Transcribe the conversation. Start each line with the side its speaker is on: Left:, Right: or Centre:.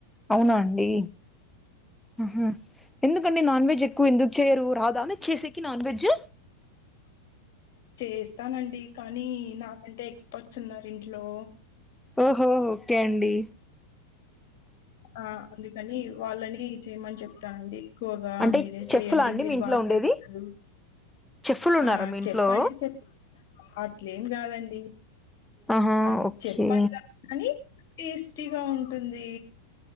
Centre: అవునా అండి ఉహూ ఎందుకండి నాన్ వెజ్ ఎక్కువ ఎందుకు చేయరు రాద మీకి చేసేకి నాన్ వెజ్
Left: అమ్ చిక్ చేస్తానండి కానీ నాకంటే ఎక్స్పర్ట్స్ ఉన్నారు ఇంట్లో
Centre: ఓహో ఒకే అండి
Left: ఆ అందుకని వాళ్ళని చేయమని చెప్తానండి ఎక్కువగా
Centre: అంటే
Left: మీరే చెయండి
Centre: చెఫ్లా అండి
Left: మీరు
Centre: మీ ఇంట్లో
Left: బాగ
Centre: ఉండేది
Left: చేస్తారు
Centre: చెఫ్లు ఉన్నారా
Left: ఆ
Centre: మీ ఇంట్లో
Left: చెప్పండి చెప్ అట్లేం కాదండి
Centre: ఆహా
Left: అ
Centre: ఓకే
Left: చె <unintelligible> గానీ టేస్టీగా ఉంటుంది